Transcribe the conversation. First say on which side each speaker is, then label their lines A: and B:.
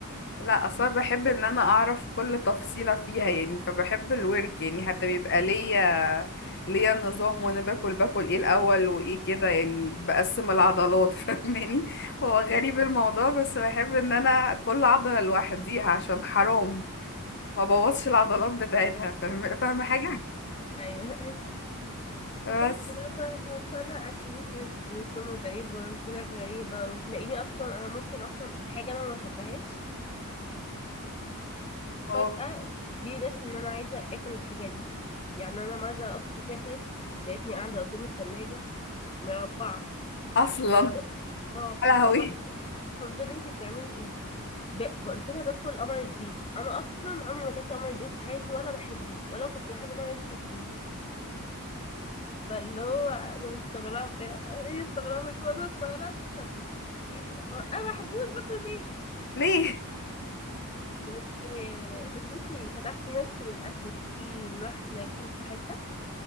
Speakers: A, on the left; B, on the left.
A: لا اصلا
B: <laughs>
A: بحب ان انا اعرف كل تفصيلة فيها يعني فبحب الورك يعني حتى بيبقى ليا ليا نظام وانا باكل باكل ايه الاول وايه كده يعني بقسم العضلات <laughs> فاهماني هو غريب الموضوع بس بحب ان انا كل عضلة لوحديها عشان حرام ما بوظش العضلات بتاعتها فاهم فاهمة حاجة
B: ايوه ايوه
A: بس
B: بس بقى ف- فانا اكلتي للسمك غريبه والفراخ غريبه وتلاقيني اصلا انا ممكن اصلا حاجه انا ما بحبهاش
A: هو
B: فجاه تجيلي نفسي ان انا عايزه اكل الحاجه دي يعني انا مره اختي صحيت لقيتني قاعده قدام التلاجة مربعه
A: اصلا
B: فبت... اه
A: يا لهوي
B: والله فبت... فبتقولي انت بتعملي إيه؟ ب... ب- قلت لها باكل قمر الدين انا اصلا عمري ما كنت قمر الدين في حياتي ولا بحبه ولا كنت بحب ان هو يدخل بيه فاللي هو انا مستغربه هي استغربت وانا استغربت طب يعني ما انا ما بحبوش باكله ليه
A: ليه
B: بس بس انتي فتحتي نفسي للاكل تيجي نروح ناكل في حته